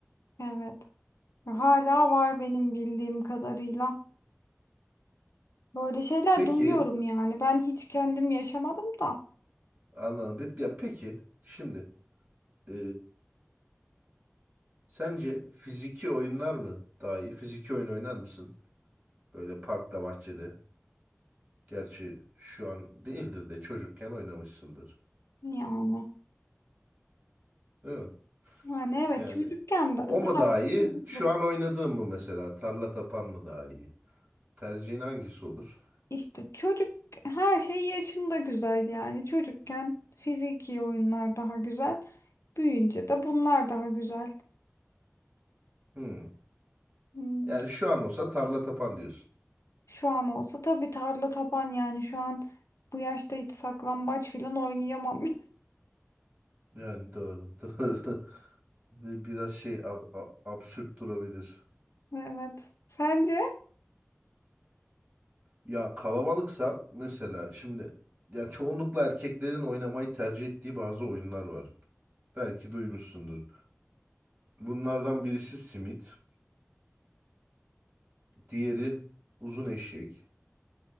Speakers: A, on the left; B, on the right.
A: Evet. Hala var benim bildiğim kadarıyla. Böyle şeyler
B: Peki
A: duyuyorum yani. Ben hiç kendim yaşamadım da.
B: anladım. Ya peki şimdi e, sence fiziki oyunlar mı daha iyi? Fiziki oyun oynar mısın? Böyle parkta, bahçede. Gerçi şu an değildir de çocukken oynamışsındır.
A: Yani.
B: Değil mi?
A: Yani evet
B: Yani
A: çocukken da-
B: o
A: daha
B: mu daha iyi?
A: çocukluk.
B: Şu an oynadığım mı mesela? Tarla tapan mı daha iyi? Tercihin hangisi olur?
A: İşte çocuk her şey yaşında güzel yani. Çocukken fiziki oyunlar daha güzel. Büyüyünce de bunlar daha güzel.
B: Hmm.
A: Hmm,
B: Yani şu an olsa tarla tapan diyorsun.
A: Şu an olsa tabii tarla taban yani şu an bu yaşta hiç saklambaç filan oynayamam. <laughs>
B: Yani doğru, <laughs> doğru. Bir- Biraz şey ab- a- absürt durabilir.
A: Evet. Sence?
B: Ya kalabalıksa mesela şimdi ya çoğunlukla erkeklerin oynamayı tercih ettiği bazı oyunlar var. Belki duymuşsundur. Bunlardan birisi simit, diğeri uzun eşek.